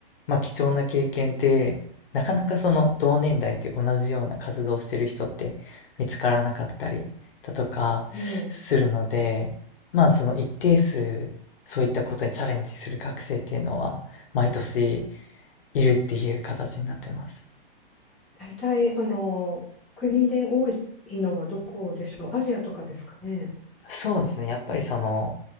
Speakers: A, on the left; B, in the centre.
A: まあ、貴重な経験で、なかなかその同年代で同じような活動をしてる人って見つからなかったりだとかするので、
B: ええ。
A: まあその一定数そういったことにチャレンジする学生っていうのは毎年いるっていう形になってます。
B: 大体、あの、国で多いのはどこでしょう。アジアとかですかね。
A: そうですね。やっぱりその、